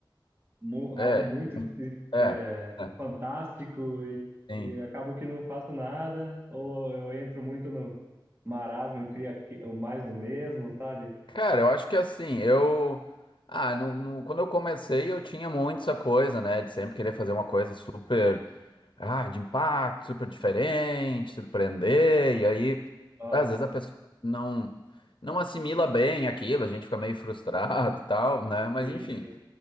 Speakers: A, on the right; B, on the left.
A: mu- algo
B: É,
A: muito es-
B: é,
A: é,
B: é,
A: fantástico e,
B: sim.
A: e acabo que não faço nada, ou eu entro muito no marasmo e crio aqui- o mais no mesmo, sabe?
B: Cara, eu acho que assim, eu. Ah, no, no- quando eu comecei, eu tinha muito essa coisa, né, de sempre querer fazer uma coisa super. Ah, de impacto, super diferente, surpreender, e aí,
A: Aham,
B: às vezes a pessoa não, não assimila bem aquilo, a gente fica meio frustrado e tal, né, mas
A: Sim,
B: enfim.
A: sim,